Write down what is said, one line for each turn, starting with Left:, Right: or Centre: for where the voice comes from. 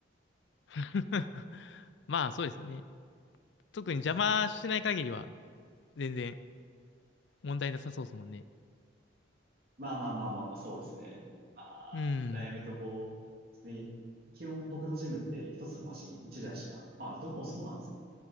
Left: <laughs> まあ、そうですよね。特に邪魔しない限りは、
Right: です。
Left: 全然問題なさそうですもんね。
Right: まあまあまあまあまあ、そうですね。まあ、
Left: うん。
Right: 悩みどころですね。基本僕のジムって一つのマシン一台しか、まあ、どこもそうなんです。